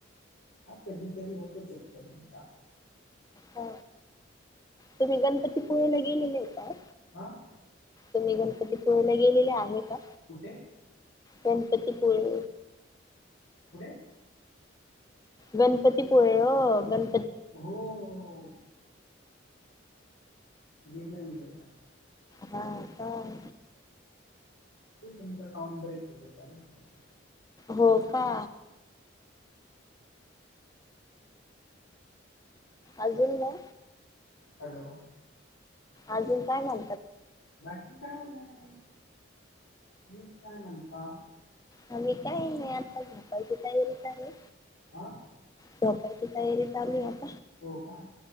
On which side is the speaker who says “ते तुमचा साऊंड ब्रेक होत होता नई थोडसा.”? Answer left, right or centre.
Left